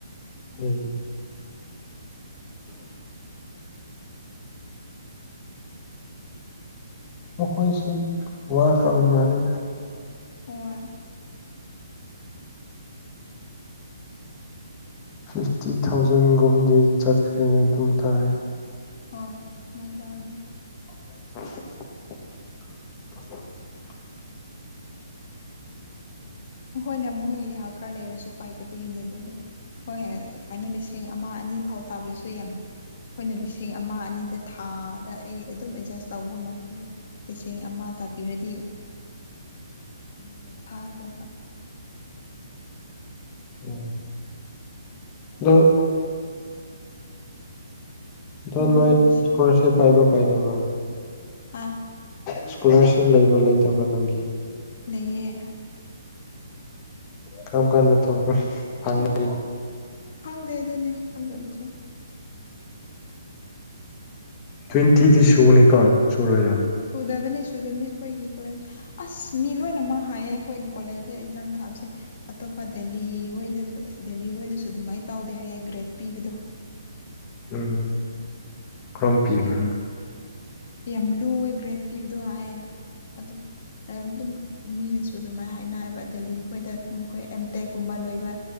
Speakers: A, on the left; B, on the left.
A: ꯑꯣ
B: ꯂꯩ <inaudible> ꯑꯣꯈꯣꯏꯁꯨ ꯋꯥꯔ ꯈ ꯃꯥꯅꯤꯗ
A: ꯑꯣ
B: ꯐꯤꯐꯇꯤ ꯊꯥꯎꯖꯟꯒꯨꯝꯗꯤ ꯆꯠꯈ꯭ꯔꯦꯅꯦ ꯑꯗꯨꯝ ꯇꯥꯏ
A: ꯍꯣꯏ ꯑꯗꯨꯃꯥꯏꯅ ꯇꯧꯔꯅꯦ
B: <inaudible>
A: ꯍꯣꯏꯅꯦ ꯃꯈꯣꯏꯒꯤ ꯍꯦꯜꯀꯥꯔ ꯂꯩꯔꯁꯨ ꯄꯥꯏꯗꯕꯒꯤꯅꯦ ꯑꯗꯨꯗꯣ ꯍꯣꯏ ꯁ ꯀꯥꯏꯅ ꯂꯤꯁꯤꯡ ꯑꯃ ꯑꯅꯤ ꯐꯥꯎ ꯇꯥꯕꯤꯁꯨ ꯌꯥꯝ ꯑꯩꯈꯣꯏꯅ ꯂꯤꯁꯤꯡ ꯑꯃ ꯑꯅꯤꯗ ꯊꯥ ꯗ ꯑꯩ ꯑꯗꯨꯝ ꯑꯦꯗꯖꯁ ꯇꯧꯕ ꯑꯃꯅ ꯃꯈꯣꯏꯁꯨ ꯂꯤꯁꯤꯡꯦꯡ ꯑꯃ ꯇꯥꯕꯤꯔꯗꯤ ꯀꯥꯏꯅꯣ ꯌꯥꯝ ꯐꯥꯗꯕ
B: ꯎ ꯑꯣ
A: <inaudible>
B: ꯊ
A: ꯅꯨꯡꯗꯤ
B: ꯅꯣꯏꯀꯔꯁꯦ
A: ꯅꯨꯡꯁꯤ
B: ꯄꯥꯏꯕ ꯄꯥꯏꯗꯕ꯭ꯔ
A: ꯑ
B: ꯏꯁꯀꯣꯂꯥꯔꯁꯤꯞ ꯂꯩꯕ ꯂꯩꯇꯕ ꯅꯪꯒꯤ
A: ꯂꯩꯌꯦ
B: ꯀꯔꯝ ꯀꯥꯟꯗ ꯊꯄ ꯐꯪꯉꯤ
A: ꯈꯪꯗꯦ ꯑꯗꯨꯅꯦ ꯈꯪꯗꯕꯤꯁꯨ
B: ꯇ꯭ꯋꯦꯟꯇꯤꯗꯤ ꯁꯨꯅꯤ ꯀꯝ ꯁꯨꯔꯣꯏꯔꯥ
A: ꯁꯨꯗꯕꯅꯤ ꯁꯨꯗꯕꯅꯤ ꯑꯩꯈꯣꯏꯒꯤ ꯀꯣꯂꯦꯖ ꯑꯁ ꯃꯤ ꯂꯣꯏꯅꯃꯛ ꯍꯥꯏꯌꯦ ꯑꯩꯈꯣꯏꯒꯤ ꯀꯣꯂꯦꯖꯇ ꯑꯦꯛꯖꯥꯝ ꯊꯥꯕꯁꯦ ꯑꯇꯣꯞꯄ ꯗꯦꯜꯂꯤ ꯍꯗꯁꯨ ꯗꯦꯜꯂꯤ ꯍꯗꯁꯨ ꯑꯗꯨꯃꯥꯏꯅ ꯇꯧꯗꯦ ꯍꯥꯏꯌꯦ ꯒ꯭ꯔꯦꯗ ꯄꯤꯕꯗꯣ
B: ꯎꯝ ꯀꯝ ꯄꯤꯕ꯭ꯔꯥ
A: ꯌꯥꯝ ꯌꯥꯝ ꯂꯨ ꯑꯣꯏ ꯒ꯭ꯔꯦꯠ ꯄꯤꯕꯗꯣ ꯍꯥꯏꯌꯦ ꯑꯗꯨ ꯑꯗꯨꯝ ꯃꯤꯅꯁꯨ ꯑꯗꯨꯃꯥꯏꯅ ꯍꯥꯏꯅꯕ ꯗꯦꯜꯂꯤ ꯈꯈꯣꯏꯗ ꯑꯩꯈꯣꯏ ꯑꯦꯝꯇꯦꯛꯀꯨꯝꯕ ꯂꯣꯏꯕ